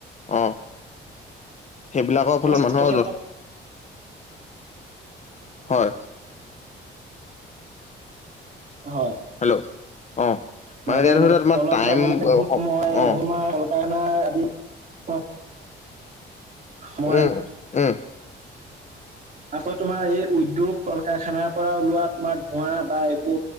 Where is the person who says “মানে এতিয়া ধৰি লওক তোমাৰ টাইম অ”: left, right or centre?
Left